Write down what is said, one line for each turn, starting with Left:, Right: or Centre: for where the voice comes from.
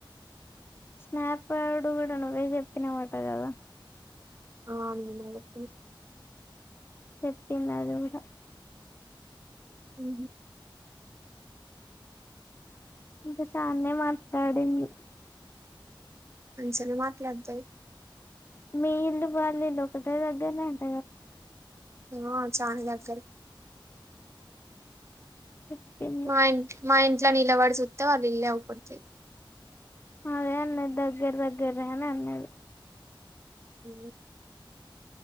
Left: స్నాప్ వాడుడుగూడా నువ్వే చెప్పినవటా గాదా.
Right: ఆ నే <unintelligible>
Left: చెప్పింది అది కూడా
Right: ఉ
Left: ఇంకా చాన్ననే మాట్లాడింది
Right: ముంచించనే మాట్లాడతాయి
Left: మీ ఇల్లు బళలు ఒకట దగ్గరనంట
Right: ఆ చాతరి
Left: చెప్పింది
Right: మా ఇంట్ మా ఇంట్లో నిలవాడి చూస్తా వాళ్ళు ఇల్ళ అవ పడతుయి
Left: అదే అన్న దగ్గర దగ్గర రాని అన్నది
Right: అ